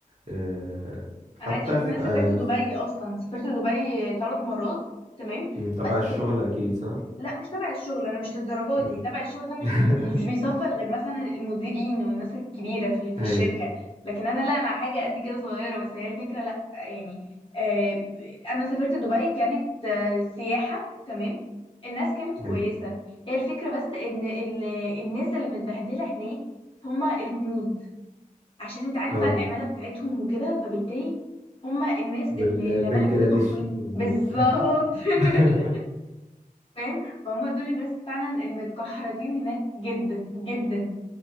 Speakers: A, on the right (about 50°); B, on the left (about 40°).
A: آه، حتى
B: انا عايزه اقول لك
A: في
B: ان انا سافرت
A: آه،
B: دبي اصلا سافرت دبي ثلاث مرات تمام
A: في- تبع
B: بس
A: الشغل اكيد صح؟
B: لا مش تبع الشغل انا مش للدرجات
A: مم.
B: دي تبع الشغل ده مش
A: <laughs>
B: بي بي مش بيصفر غير مثلا المديرين والناس الكبيره في, في
A: ايوه
B: الشركه لكن انا لا انا حاجه قد كده صغيره بس هي الفكره لا يعني آه ب- انا سافرت دبي كانت آه سياحه تمام الناس كانت كويسه
A: ايوه
B: هي الفكره بس ان ال- الناس اللي متبهدله هناك هما الهنود عشان انت عارف
A: اه
B: بقى العماله بتاعتهم وكده فبالتالي هما الناس
A: والبنجلاديشيين
B: اللي العماله بتاعتهم بالظبط
A: دول
B: <laughs>
A: <laughs>
B: فاهم فهم دول الناس فعلا المتكحرتين هناك جدا جدا